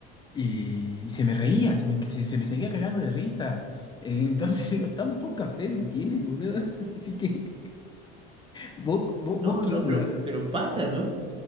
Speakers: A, on the left; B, on the right.
A: Y, se me reía, se me, se, se me seguía cagando de risa. Eh, entonces <laughs> digo, tan poca fe me tienen, boludo. <laughs> Así que, ¿vos, vos,
B: Y no,
A: vos qué
B: no,
A: onda?
B: pero, pero pasa, ¿no?